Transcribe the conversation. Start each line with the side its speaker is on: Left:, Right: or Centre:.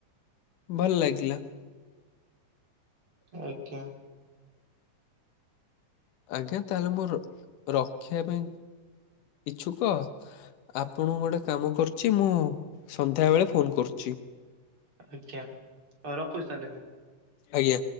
Left: ଭଲ ଲାଗିଲା।
Right: ଆଜ୍ଞା।
Left: ଆଜ୍ଞା ତାହେଲେ ମୁଁ ରଖିବା ପାଇଁ ଇ୍ଛୁକ। ଆପଣଙ୍କୁ ଗୋଟେ କାମ କରୁଛି ମୁଁ ସନ୍ଧ୍ୟାବେଳେ ଫୋନ୍ କରୁଛି।
Right: ଆଜ୍ଞା ରଖୁଛି ତାହେଲେ ମୁଁ।
Left: ଆଜ୍ଞା।